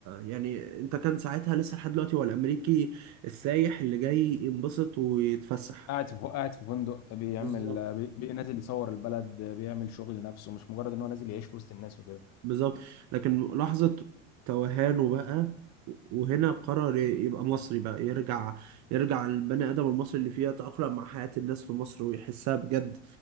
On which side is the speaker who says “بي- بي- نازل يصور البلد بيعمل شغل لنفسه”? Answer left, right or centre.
Left